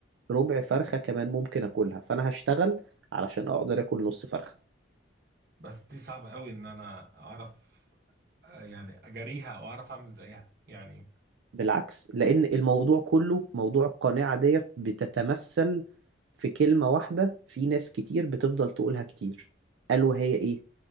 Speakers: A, on the right (about 70°); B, on the right (about 50°).
A: ربع فرخة كمان ممكن اكلها فانا هشتغل علشان اقدر اكل نص فرخة
B: بس دي صعبة قوي ان انا اعرف آه، يعني اجاريها او اعرف اعمل زيها يعني
A: بالعكس لأن الموضوع كله موضوع القناعة ديت بتتمثل في كلمة واحدة في ناس كتير بتفضل تقولها كتير ألا وهي إيه؟